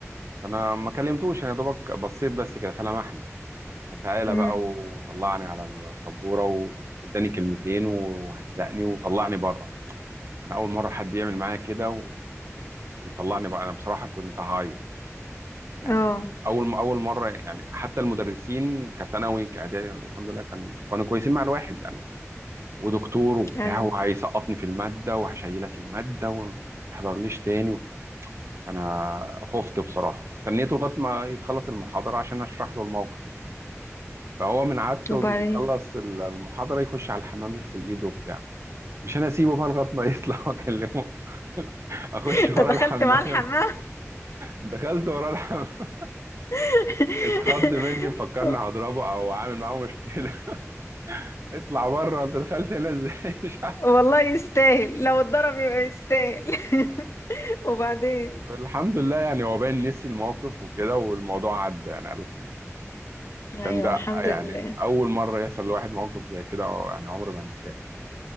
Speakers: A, on the right; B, on the left.
A: فانا ما كلمتوش انا يا دوبك بصيت بس كده فلمحني فتعالى
B: مم.
A: بقى وطلعني على السبوره واداني كلمتين وهزقني وطلعني بره انا اول مره حد يعمل معايا كده و... ويطلعني بقى انا بصراحه كنت هعيط يعني
B: اه
A: اول اول مره يعني حتى المدرسين كثانوي كاعدادي الحمد لله كان كانوا كويسين مع الواحد يعني ودكتور وبتاع
B: ايوه
A: وهيسقطني في الماده وهشيلك الماده وما تحضرليش تاني وبتاع انا خفت بصراحه فاستنيته لغايه ما يخلص المحاضره عشان اشرح له الموقف ده فهو من عادته
B: وبعدين
A: بيخلص ال- المحاضره يخش على الحمام يغسل ايده وبتاع مش انا اسيبه بقى لغايه ما يطلع واكلمه <laughs> اخش
B: <laughs> انت
A: ورا
B: دخلت
A: الحمام
B: مع الحمام
A: دخلت وراه الحمام <laughs>
B: <laughs>
A: اتخض مني مفكرني هضربه او عامل معاه مشكله <laughs> اطلع بره انت دخلت هنا ازاي <laughs> مش عارف
B: والله يستاهل لو اتضرب يبقى يستاهل <laughs> وبعدين
A: الحمد لله يعني هو باين نسي الموقف وكده والموضوع عدى يعني قال لك إيه.
B: ايوه
A: كان ده
B: الحمد
A: يعني
B: لله
A: اول مره يحصل لواحد موقف زي كده أو يعني عمري ما انساه